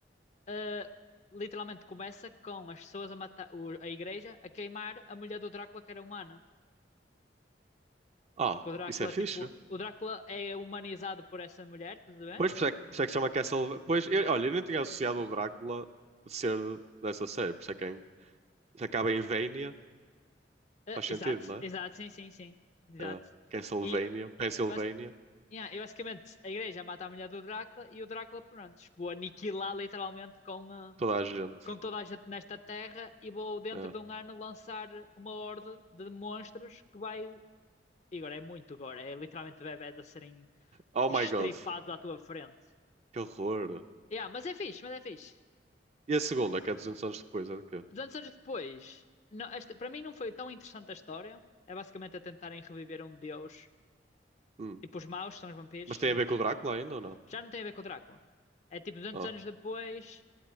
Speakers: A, on the left; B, on the right.
A: eh, literalmente começa com as pessoas a matar, o- a igreja a queimar a mulher do Drácula que era humana.
B: Ah,
A: Que o Drácula,
B: isso é fixe.
A: tipo, o Drácula é humanizado por essa mulher, tudo bem?
B: Pois, por isso é que, por isso é que chama Castlevania. Pois, eu- olha, eu nem tinha associado o Drácula a ser dessa série. Por isso é que é, in- se acaba em Vania,
A: Ah,
B: faz
A: exato,
B: sentido, não
A: exato,
B: é?
A: sim, sim, sim. Exato.
B: É. Castlevania,
A: E,
B: Pennsylvania,
A: bas- yeah, e basicamente a igreja mata a mulher do Drácula e o Drácula, pronto, vou aniquilar literalmente com, ah,
B: toda a gente.
A: com toda a gente nesta terra e vou dentro
B: É.
A: de um ano lançar uma horde de monstros que vai. E agora é muito gore, é literalmente bebés a serem
B: Oh
A: estripados
B: my God,
A: à tua frente.
B: que horror.
A: Yeah, mas é fixe, mas é fixe.
B: E a segunda, que é 200 anos depois, é de quê?
A: 200 anos depois, não, esta, para mim não foi tão interessante a história. É basicamente a tentarem reviver um deus.
B: Hum.
A: Tipo, os maus que são os vampiros
B: Mas
A: sempre.
B: tem a ver com o Drácula ainda ou não?
A: Já não tem a ver com o Drácula. É tipo, 200
B: Ah,
A: anos depois,